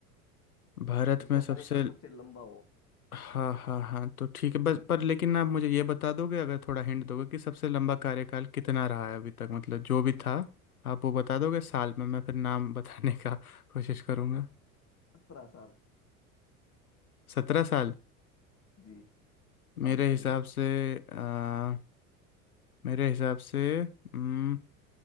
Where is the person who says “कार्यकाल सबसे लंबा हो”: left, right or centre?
Left